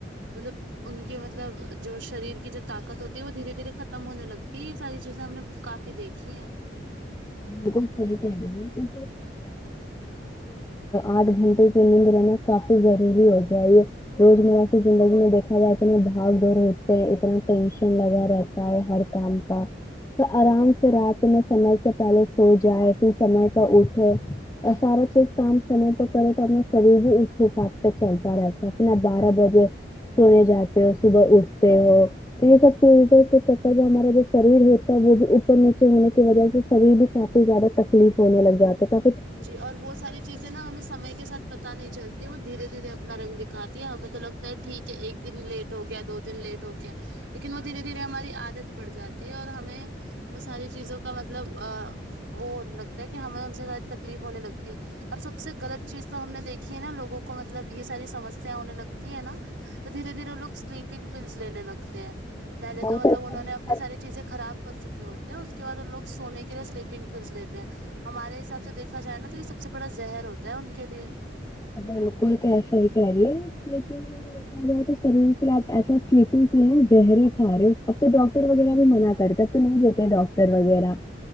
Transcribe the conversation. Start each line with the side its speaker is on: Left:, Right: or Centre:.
Right: مطلب ان کے مطلب جو شریر کی جو طاقت ہوتی ہے وہ دھیرے دھیرے ختم ہونے لگ یہ ساری چیزیں ہم نے کافی دیکھی ہیں
Left: بالکل سب آٹھ گھنٹے کی نیند رہنا کافی ضروری ہو جائے یہ روزمرہ کی زندگی میں دیکھا جائے انے بھاگ دور ہوتے ہیں اتنا ٹینشن لگا رہتا ہر کام کا تو آرام سے رات میں سمے سے پہلے سو جائے پھر سمے پر اٹھے اور سارا چیز کام سمے پ کرے تو اپنا شریر بھی اس حساب سے چلتا رہتا ہے انا بارہ بجے سونے جاتے ہو صبح اٹھتے ہو یہ سب چیزوں سے چ کر جو ہمارا جو شریر ہوتا ہے وہ بھی اوپر نیچے ہونے کی وجہ سے کری بھی کافی زیادہ تکلیف ہونے لگ جاتے تھا
Right: جی اور وہ ساری چیزیں نا ہمیں سمے کے ساتھ پتا نہیں چلتی ہے وہ دھیرے دھیرے اپنا رنگ دکھاتی ہے ہمیں تو لگتا ہے ٹھیک ہے ایک دن لیٹ ہو گیا دو دن لیٹ ہو کیا لیکن وہ دھیرے دھیرے ہماری عادت پڑ جاتی ہے اور ہمیں وہ ساری چیزوں کا مطلب وہ لگتا ہے کہ ہمیں ان سے زیادہ تکلیف ہونے لگتی ہے اور سب سے غلط چیز تو ہم نے دیکھی ہے نا لوگوں کو مطلب یہ ساری سمسیا ہونے لگتی ہے نا تو دھیرے دھیرے وہ لوگ سلیپنگ پلس لینے لگتے ہیں پہلے
Left: بہت
Right: تو مطلب
Left: اچھا
Right: انہوں نے اپنی ساری چیزیں خراب کر چکے ہوتے ہیں اس کے بع وہ لوگ سونے کے لیے سلیپنگ پس لیتے ہیں ہمارے حساب سے سے دیکھا جائے نا تو یہ سب سے بڑا زہر ہوتا ہے ان کے لیے
Left: بالکل کیاسی کیا آ رہی ہے لیک دیکھا گیا تو شریر کے آپ ایسا سلیپنگ کیے زہری کھ رہے اب تو ڈاکر ٹر وغیرہ بھی منع کرتا تو نہیں دیتے ڈاکٹر وغیرہ